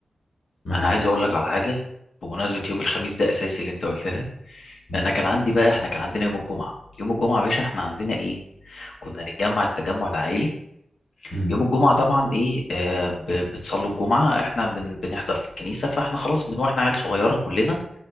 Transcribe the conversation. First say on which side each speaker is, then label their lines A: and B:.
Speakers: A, on the left; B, on the left.
A: معايا
B: انا عايز اقول لك على حاجة بمناسبة يوم الخميس ده اساسي اللي انت قلتها
A: مم.
B: انا كان عندي بقى احنا كان عندنا يوم الجمعه يوم الجمعه يا باشا احنا عندنا ايه كنا نتجمع التجمع العائلي
A: مم.
B: يوم الجمعه طبعا ايه آه ب- بتصلوا الجمعه احنا بن بنحضر في الكنيسه فاحنا خلاص من واحنا عيال صغيره كلنا